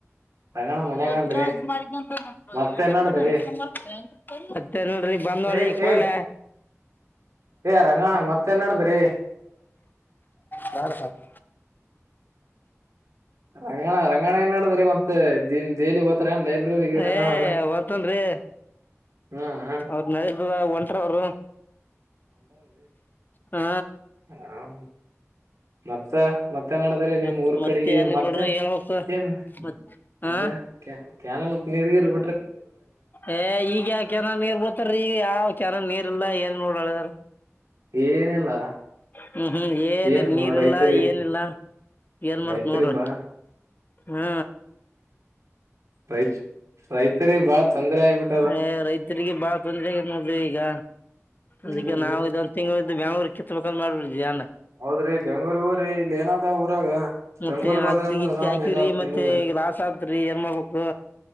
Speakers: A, on the right; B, on the left.
A: ರಂಗಣ ಮನ್ಯಾಗನ್ರಿ
B: ಮತ್ತೋಡಿ
A: ಮತ್ತೇನ್ ನಡದ್ರಿ
B: ಬಂದ್ ನೋಡ
A: ಏ
B: ಇಲ್ಲ
A: ಏ ಏ ರಂಗಣ ಮತ್ತೇನ್ ನಡದ್ರಿ
B: ಬೇಡ ಸಬ್
A: ರಂಗಣ ರಂಗಣ ಏನ್ ನಡದ್ರಿ ಮತ್ತ ದಿನ್ ಡೇಲಿ ಓತಾರ ಏನ್ ಲೈಬ್ರರಿಗೆ ರಂಗಣಾರ
B: ಏ ಒತನ್ ರೀ
A: ಹ್ಮ ಹ
B: ಅವದ ನಡ ಒಂಟ್ರ ಅವರು ಹಾ
A: ಹ ಮತ್ತ ಮತ್ತೆ ನಡದ್ರ ನಿಮ್
B: ಮತ್
A: ಊರ್
B: ಮತ್ತೆ
A: ಕಡೆಗೆ
B: ಏನಿಲ್ಲ
A: ಮತ್ತೆನ್
B: ನೋಡ್ರಿ ಹೇಳ್ಬೇಕು
A: ಏನ್
B: ಮತ್
A: ಮತ್ತೆ
B: ಹಾ
A: ಕ್ಯಾನಲ್ ನಿರ್ಗಿರು
B: ಏ ಈಗ ಯಾವ ಕ್ಯಾನ್ಸಲ್ ನೀರ್ ಬೊತ್ತಾರೀ ಈಗ ಯಾವ ಕೆನಾಲ್ ನೀರ್ ಇಲ್ಲ ಏನ್ ನೋಡದಾರ
A: ಏನಿಲ್ಲ
B: ಹೂ ಹೂ ಏನಿಲ್ಲ
A: ಏನ್
B: ನೀರ್ಲ್ಲಾ
A: ರೈತರಿಗ್
B: ಏನಿಲ್ಲಾ ಏನ್ ಮಾಡ್ತ್
A: ರೈತರಿಗ್
B: ನೋಡ್ರಿ
A: ಬಾಳ
B: ಹೂ
A: ರೈತ್ ರೈತರಿಗೆ ಬಾಳ ತೊಂದರೆ ಆಗಬಿಟ್ಟು
B: ಏ ರೈತರಿಗೆ ಬಾಳ ತೊಂದರೆ ಆಗ ನೋಡವಿ ಈಗ
A: ಹ್ಮ್
B: ಅದಕ್ಕೆ
A: ಹ್ಮ್
B: ನಾವು ಇದೊಂದ ತಿಂಗಳ ಬ ಬೆಂಳೂರ್ ಕೆತ್ತತ್ಬೇಕಂದ್ ಮಾಡ್ಬಿಏಾ
A: ಹೌದ್ರಿ ಬೆಂಗ್ಳೂರ್ಗಊ್ರಿ ಇಲ್ಲಿ ಏನಾದ ಊರಾಗ
B: ಮತ್ತೆ
A: ಬೆಂಗ್ಳೂರಿಗ್
B: ಹತ್ತಿ
A: ಹೋದ್ರ ಅಂದ್ರ
B: ಗುತ್ತಿ
A: ಆರಾಮ್
B: ಹಾಕಿವ್ರಿ
A: ಇದ
B: ಮತ್ತೆ
A: ನಿಮ್ಗ
B: ಈ ಲಾಸ್ ಆತ್್ರರಿ ಏನ್ ಮಾಡ್ಬೇಕು